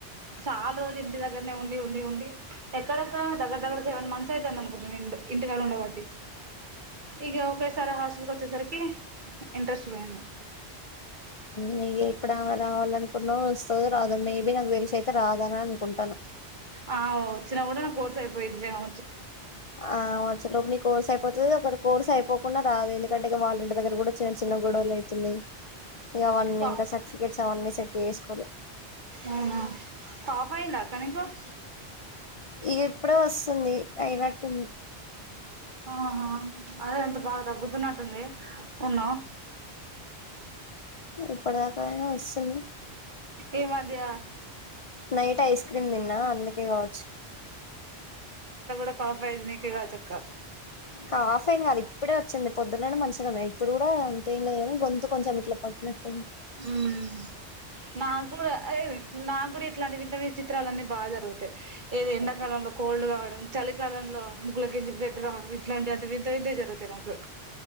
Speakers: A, on the right; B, on the left.
A: చాలా రోజులు ఇంటి దగ్గరనే ఉండి ఉండి ఉండి ఎక్కడెక్కడ దగ్గర దగ్గర సెవెన్ మంత్ త్స్ అయితాందనుకుంటా నేన్ ఇంట్ ఇంటికాడ ఉండవట్టి ఇగ ఒకేసారి హాస్ కి వచ్చేసరికి ఇంట్రెస్ట్ పోయింది
B: నీ ఇప్పుడమే రావాలనుకున్నా ఒస్తదో రాదొ మేబి నాకు తెలిసి అయితే రాదాని అనుకుంటాన
A: ఆ ఒచ్చిన కూడా నా కోర్స్ అయిపొయిదిలే ఆ
B: ఆ వొచ్చేలోప్ నీక్ కోర్స్ అయిపోతది ఒకరు కోర్స్ అయిపోకుండా రాదు ఎందుకంటే ఇగ వాళ్ళ ఇంటి దగ్గర కూడా చిన్న చిన్న గొడవలు అయితున్నయ్ ఇగ వన్నీ
A: కా
B: ఇంకా సట్ ఫికెట్స్ అవన్నీ సెటు ఏస్ కోలే
A: ఔనా పాస్ ఐద కనీసమ్
B: ఇగ ఇప్ డే ఓస్తుంది అయినట్టుంది
A: ఆహా అదే ఎంత బాగుదా దగ్గుతునట్టు ఉన్నది ఉన్న
B: ఇప్పుటిదాకా అయినా ఒస్తుంది
A: ఈమధ్య
B: నైట్ ఐస్ క్రీం దిన్న అందుకే కవో చ్
A: ద కాఫ్ వైజ్ నీకే గా వచ్చక్క
B: కాఫ్ ఏం గాద్ ఇప్పుడే వచ్చింది పొద్దు నుండి మంచ్ నే ఉన్ ఇపుడు కూడా అంతేమ్ లే గని గొంతు కొంచమ్ ఇట్లా పట్ నట్ టుంది
A: హ్మ్మ్ నా గుడా అయ్ నాకూడా ఇట్లాంటి వింత విచిత్రాలన్నీ బా జరుగుతాయి ఏది ఎండాకాలన్ కోల్డ్ కావడం చలికాలంలో ముక్కులో కెంచి బ్లెడ్ రావం ఇట్లాంటి అంత వింత వింతాయ్ జరుతాయి నాకు